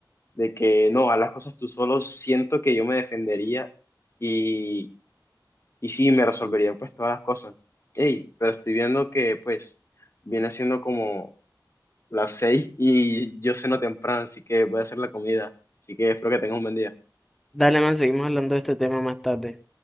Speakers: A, on the left; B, in the centre.
A: de que no, a las cosas tú solo, siento que yo me defendería y, y sí, me resolvería pues todas las cosas. Ey, pero estoy viendo que pues viene siendo como las seis y yo ceno temprano, así que voy a hacer la comida, así que espero que tengas un buen día.
B: Dale, man, seguimos hablando de este tema más tarde.